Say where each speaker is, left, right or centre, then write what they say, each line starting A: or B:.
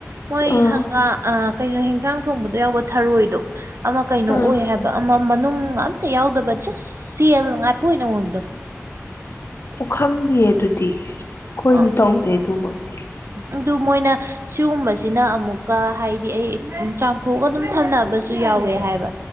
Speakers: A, on the right; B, on the left.
A: ꯃꯣꯏ
B: ꯑꯥ
A: ꯍꯪꯒꯥ ꯀꯩꯅꯣ ꯍꯦꯟꯖꯥꯡ ꯊꯣꯡꯕꯗ ꯌꯥꯎꯕ ꯊꯔꯣꯏꯗꯣ ꯑꯃ ꯀꯩꯅꯣ ꯑꯣꯏ
B: ꯑꯥ
A: ꯍꯥꯏꯕ ꯑꯃ ꯃꯅꯨꯡ ꯑꯝꯇ ꯌꯥꯎꯗꯕ ꯖꯁ ꯁꯦꯜ ꯉꯥꯇꯣꯏ ꯑꯣꯏꯅꯉꯕꯗꯣ
B: ꯈꯪꯗꯦꯌꯦ ꯑꯗꯨꯗꯤ ꯑꯩꯈꯣꯏꯗꯤ
A: ꯑ
B: ꯇꯧꯗꯦ ꯑꯗꯨꯃꯛꯇꯤ
A: ꯑꯗꯨ ꯃꯣꯏꯅ ꯁꯤꯒꯨꯝꯕꯁꯤꯅ ꯑꯃꯨꯛꯀ ꯍꯥꯏꯗꯤ ꯑꯩ ꯊꯣꯛꯣꯛꯑꯒ ꯑꯗꯨꯝ ꯊꯝꯅꯕꯁꯨ ꯌꯥꯎꯋꯦ ꯍꯥꯏꯕ